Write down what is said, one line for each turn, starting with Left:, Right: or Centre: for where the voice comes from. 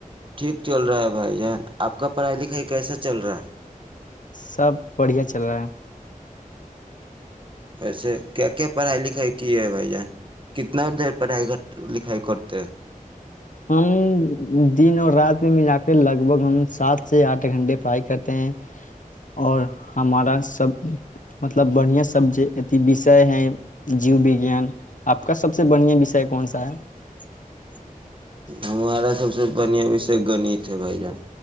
Right: ٹھیک چل رہا ہے بھائی جان آپ کا پڑھائی لکھائی کیسا چل رہا ہے
Left: سب بڑھیا چل رہا ہے
Right: ویسے کیا کیا پڑھائی لکھائی کی ہے بھیا کتنا دیر پڑھائی لکھائیائی کرتے
Left: ہم دن اور رات میں ملا کے لگ بھگ ہم سات سے آٹھ گھنٹے پڑھائی کرتے ہیں اور ہمارا سب مطلب بڑھیا سب ا بشے ہے جیو وجان آپ کا سب سے بڑھیا وش کون سا ہے <unintelligible>
Right: ہمارا سب سے بڑھیا وشے گنت ہے بھائی جان